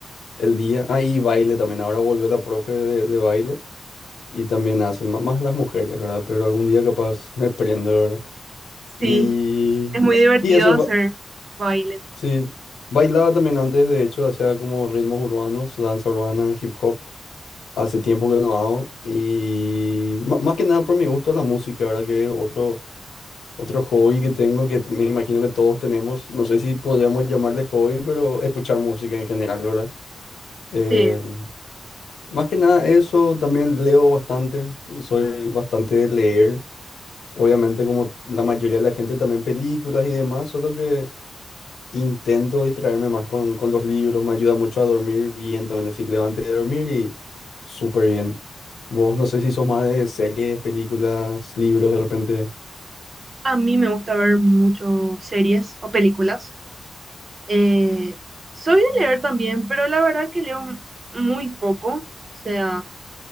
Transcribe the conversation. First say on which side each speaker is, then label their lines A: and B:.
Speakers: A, on the left; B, on the right.
A: el día. Ah, y baile también. Ahora volvió la profe de, de baile y también hacen, ma- más las mujeres, ¿verdad? Pero algún día capaz me prendo, ¿verdad? Y,
B: Sí, es muy divertido
A: y eso,
B: hacer baile.
A: Sí, bailaba también antes, de hecho, hacía como ritmos urbanos, danza urbana, hip hop. Hace tiempo que no hago. Y ma- más que nada por mi gusto a la música, ¿verdad? Que es otro, otro hobby que tengo, que me imagino que todos tenemos. No sé si podríamos llamarle hobby, pero escuchar música en general, ¿verdad? Eh,
B: Sí,
A: más que nada eso, también leo bastante, soy bastante de leer. Obviamente, como la mayoría de la gente, también películas y demás, solo que... Intento distraerme más con, con los libros, me ayuda mucho a dormir bien también, es decir, levante de dormir y súper bien. Vos no sé si sos más de series, películas, libros de repente.
B: a mí me gusta ver mucho series o películas. Eh, soy de leer también, pero la verdad que leo muy poco. O sea,